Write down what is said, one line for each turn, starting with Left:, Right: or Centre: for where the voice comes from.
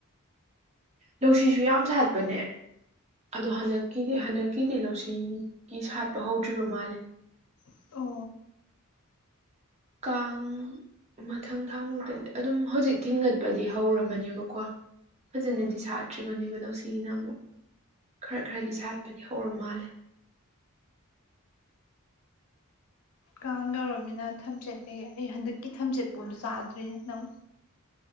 Right: ꯂꯧꯁꯤꯁꯨ ꯌꯥꯝ ꯁꯥꯠꯄꯅꯦ ꯑꯗꯣ ꯍꯟꯗꯛꯀꯤꯗꯤ ꯍꯟꯗꯛꯀꯤꯗꯤ ꯂꯧꯁꯤꯒꯤ ꯁꯥꯠꯄ ꯍꯧꯗ꯭ꯔꯤꯕ ꯃꯥꯜꯂꯦ
Left: ꯑꯣ
Right: ꯀꯥꯡ ꯃꯊꯪ ꯊꯥꯃꯨꯛꯇꯗꯤ ꯑꯗꯨꯝ ꯍꯧꯖꯤꯛ ꯊꯤꯟꯒꯠꯄꯗꯤ ꯍꯧꯔꯕꯅꯦꯕꯀꯣ ꯐꯖꯅꯗꯤ
Left: ꯎꯝ
Right: ꯁꯥꯠꯇ꯭ꯔꯤꯕꯅꯦꯕ ꯂꯧꯁꯤꯒꯤꯅ ꯑꯃꯨꯛ ꯈꯔ ꯈꯔꯗꯤ ꯁꯥꯠꯄꯗꯤ ꯍꯧꯔ ꯃꯥꯜꯂꯦ
Left: ꯀꯥꯡ ꯌꯧꯔꯕꯅꯤꯅ ꯊꯝꯆꯦꯠ ꯀꯩ ꯀꯩ ꯍꯟꯗꯛꯀꯤ ꯊꯝꯆꯦꯠ ꯄꯣꯕ ꯆꯥꯗ꯭ꯔꯤꯅꯦ ꯅꯪ